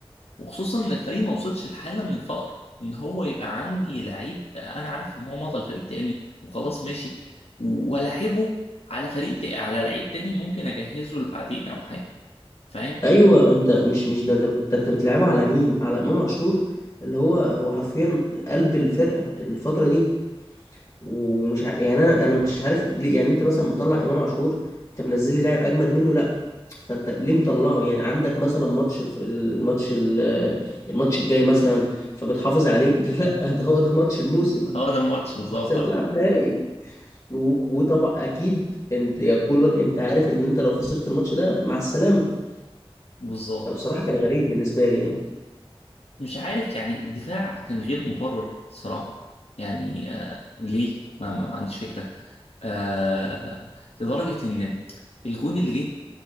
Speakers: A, on the left; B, on the left.
A: وخصوصا ان الفريق ما وصلش لحاله من الفقر ان هو يبقى عندي لعيب انا عارف ان هو مضى لفريق تاني وخلاص ماشي و- والاعبه على فريق تا- على لعيب تاني ممكن اجهزه لبعدين او حاجه فاهم
B: ايوه انت مش مش ده انت بت- ده انت بتلعبه على مين على امام عاشور اللي هو هو حرفيا قلب الفرقه الفتره دي ومش ع... يعني انا انا مش عارف ليه يعني انت مثلا مطلع امام عاشور انت منزل لي لاعب اجمد منه لا فانت ليه مطلعه يعني عندك مثلا ماتش الف... الماتش ال... الماتش الجاي مثلا فبتحافظ عليه <laughs> لا ده هو ده ماتش الموسم
A: هو ده الماتش بالظبط
B: انت بتلعب
A: اه
B: نهائي و... وطبعا اكيد انت يا كولر انت عارف ان انت لو خسرت الماتش ده مع السلامة
A: بالظبط
B: فبصراحة كان غريب بالنسبة لي يعني
A: مش عارف يعني الدفاع كان غير مبرر صراحه يعني آه ليه ما, ما, ما عنديش فكره آه آه، آه، لدرجه ان الجون اللي جه